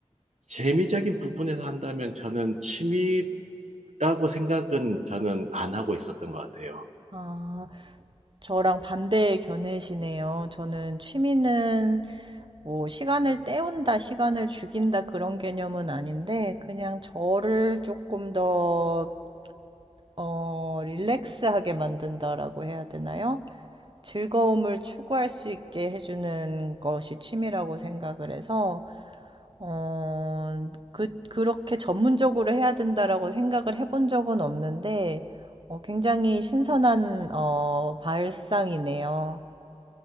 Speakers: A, on the right (about 80°); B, on the right (about 45°).
A: 재미적인 부분에서 한다면 저는 취미라고 생각은 저는 안 하고 있었던 것 같아요.
B: 아, 저랑 반대의 견해시네요. 저는 취미는 뭐 시간을 때운다, 시간을 죽인다 그런 개념은 아닌데 그냥 저를 조금 더 어, 릴렉스하게 만든다라고 해야 되나요? 즐거움을 추구할 수 있게 해주는 것이 취미라고 생각을 해서 어, 그, 그렇게 전문적으로 해야 된다라고 생각을 해본 적은 없는데, 어, 굉장히 신선한, 어, 발상이네요.